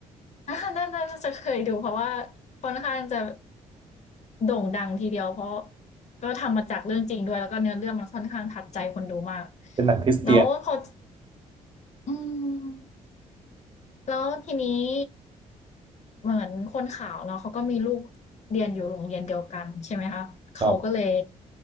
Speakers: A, on the left (about 50°); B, on the right (about 35°).
A: นัน่น่น่าจะเคยดูเพราะว่าค่อนข้างจะโด่งดังทีเดียวเพราะก็ทำมาจากเรื่องจริงด้วยแล้วก็เนื้อเรื่องมันค่อนข้างทัดใจคนดูมาก
B: เป็นหนังคริสเตียน
A: แล้วพออืมแล้วทีนี้ เหมือนคนขาวเนาะเขาก็มีลูกเรียนอยู่โรงเรียนเดียวกันใช่ไหมคะเขาก็เลย
B: ครับ